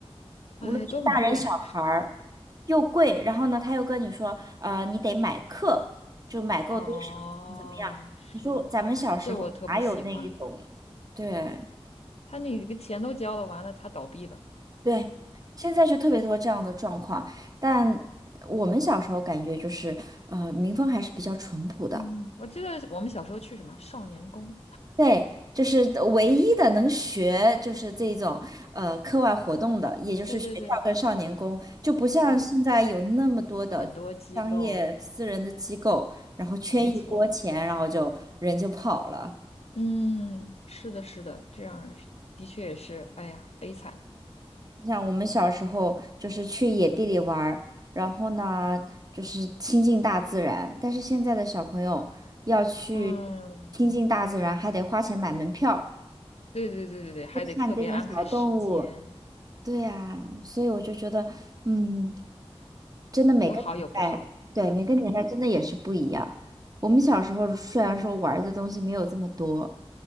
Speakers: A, on the left; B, on the right.
A: 哎，
B: 无论是大人小孩儿，
A: 都很贵，
B: 又贵。然后呢，他又跟你说，呃，你得买课，就买够多少，
A: 哦，
B: 怎么怎么样。
A: 是，
B: 你说咱们小时候哪有那一种？
A: 这我特不喜欢，
B: 对。
A: 他那个钱都交了，完了他倒闭了，
B: 对，现在就特别多这样的状况，但我们小时候感觉就是，呃，民风还是比较淳朴的。
A: 嗯，我记得我们小时候去什么少年宫，
B: 对，就是唯一的能学就是这种呃课外活动的，也就是学校跟少年宫，
A: 对对对
B: 就不像现在有那么多的商业私人的机构，
A: 对，很多机构，
B: 然后圈一波钱，
A: 没错。
B: 然后就人就跑了。
A: 嗯，是的，是的，这样是的确也是，哎呀，悲惨。
B: 你想，我们小时候就是去野地里玩儿，然后呢，就是亲近大自然。但是现在的小朋友要去
A: 嗯，
B: 亲近大自然，还得花钱买门票
A: 对对对对对，还得特别安排时间，
B: 去看这种小动物。对呀，所以我就觉得，嗯，真的每个年代，
A: 有好有不好。
B: 对，每个年代真的也是不一样。我们小时候虽然说玩儿的东西没有这么多，